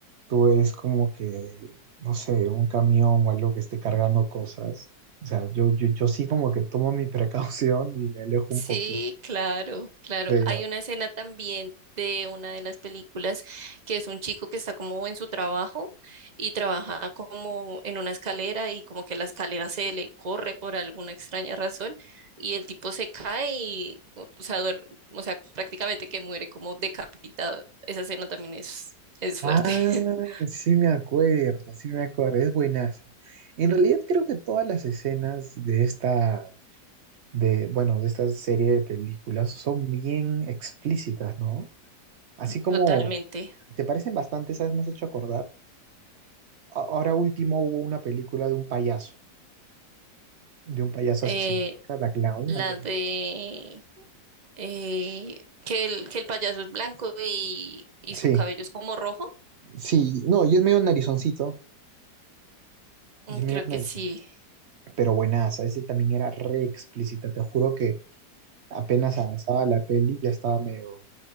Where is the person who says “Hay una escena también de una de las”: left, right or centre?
Right